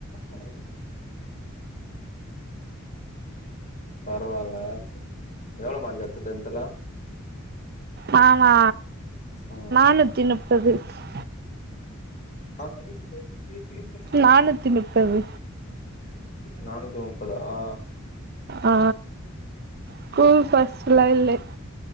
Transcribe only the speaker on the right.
நானா
<unintelligible> <unintelligible>
நானூத்தி முப்பது
ஆ ஸ்கூல் ஃபஸ்ட்லா இல்லே